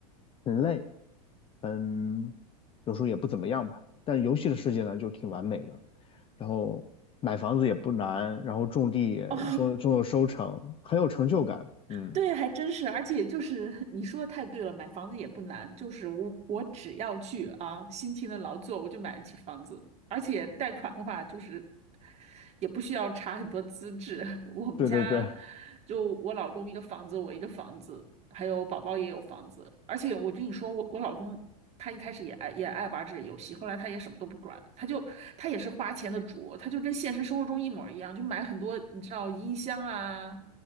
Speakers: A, on the left; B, on the right.
A: 很累，嗯，有时候也不怎么样吧。但游戏的世界呢就挺完美的，然后买房子也不难，然后种地也终终有收成，
B: <laughs> 哦，
A: 很有成就感。嗯，
B: 对，还真是，而且就是你说的太对了，买房子也不难，就是我我只要去啊，辛勤的劳作，我就买得起房子，而且贷款的话，就是也不需要查很多资质。<laughs> 我们家
A: 对对对，
B: 就我老公一个房子，我一个房子，还有宝宝也有房子，而且我跟你说，我我老公他一开始也爱也爱玩这个游戏，后来他也什么都不管，他就他也是花钱的主，他就跟现实生活中一模一样，就买很多你知道音箱啊。